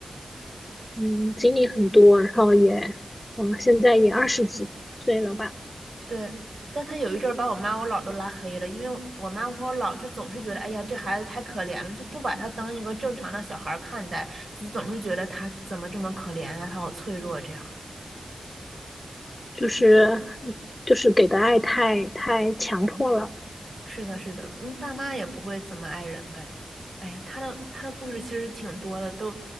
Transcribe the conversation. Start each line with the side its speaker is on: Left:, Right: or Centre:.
Left: 嗯，经历很多，然后也，嗯，现在也二十几岁了吧，
Right: 对，但他有一阵儿把我妈我姥儿都拉黑了，因为我我妈和我姥就总是觉得，哎呀，这孩子太可怜了，就不把他当一个正常的小孩儿看待，就总是觉得他怎么这么可怜啊，他好脆弱这样。
Left: 就是就是给的爱太太强迫了，
Right: 是的，是的，嗯，爸妈也不会怎么爱人，感觉，哎呀，他的他的故事其实挺多的，都